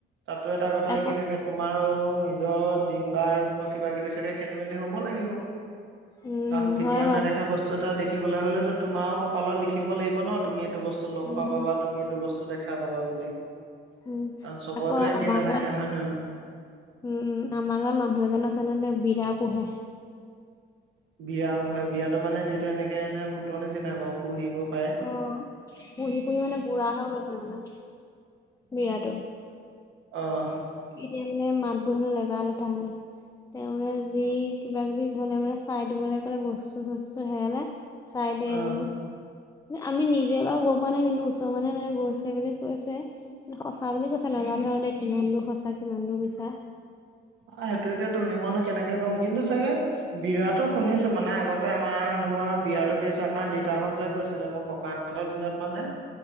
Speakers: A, on the right; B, on the left.
A: তাতো এটা কথা
B: আকৌ
A: কি থাকে- তোমাৰো নিজৰ দিন-বাৰবোৰ কিবা-কিবি চাগে খেলি-মেলি হ'ব লাগিব,
B: উম, উম,
A: কাৰণ কেতিয়াও
B: হয় বাৰু
A: নেদেখা বস্তু এটা দেখিবলে হলেতু তোমাৰও কপালত লিখিব লাগিব ন তুমি এইটো বছ টো লগ
B: উম,
A: পাবা বা তুমি এইটো বস্তু দেখা পাবা বুলি। কাৰণ
B: উম,
A: চবৰেতো
B: আকৌ
A: একে
B: আমাৰ
A: নাথাকে
B: গাঁৱত
A: হয় নহ?
B: উম উম, আমাৰ গাঁৱত মানুহ এজন আছে নহ, তেওঁ বিৰা পোহে।
A: বিয়া পোহে, বিয়াতো মানে যিটো এনেকে এনে ভূতৰ নিচিনাই বাৰু? পুহিব পায়ে।
B: অ, পুহি পুহি মানে বুঢ়া হৈ গলগে মানে, বিৰাতো।
A: অ'।
B: এতিয়া মানে মাতবো হেনু লেবা-লেথা হেনু। তেওঁ মানে যি কিবা-কিবি হ'লে মানে চাই দিবলৈ ক'লে বস্তু-চস্তু হেৰালে চাই দিয়ে
A: অ
B: হেনো। আমি নিজে বাৰু গৈ পোৱা নাই কিন্তু ওচৰ মানুহে এনেকে গৈছে বুলি কৈছে। সঁচা বুলি কৈছে নাজানো আৰু দেই, কিমান দূৰ সঁচা কিমান দূৰ মিছা।
A: অ' সেইটোয়ে, এতিয়া তুমি-ম‌য়নো কেনেকে ক'ম, কিন্তু চাগে- বিৰাতো শুনিছো মানে আগতে আমাৰ ধৰা বিয়াতো কিছ আমাৰ দেউতাহতে কৈছিলে মোক ককা- হঁতৰ দিনত মানে